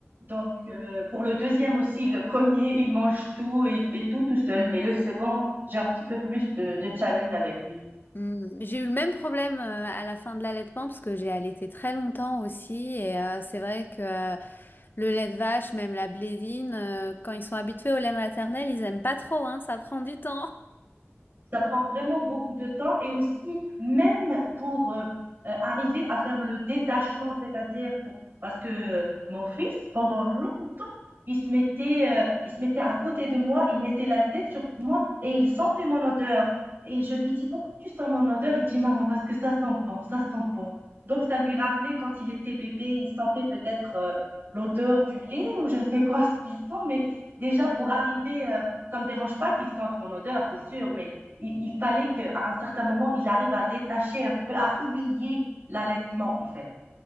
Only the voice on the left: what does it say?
Hmm, J'ai eu le même problème euh, à la fin de l'allaitement parce que j'ai allaité très longtemps aussi et euh, c'est vrai que euh, le lait de vache, même la blédine, euh, quand ils sont habitués au lait maternel, ils aiment pas trop, hein, ça prend du temps.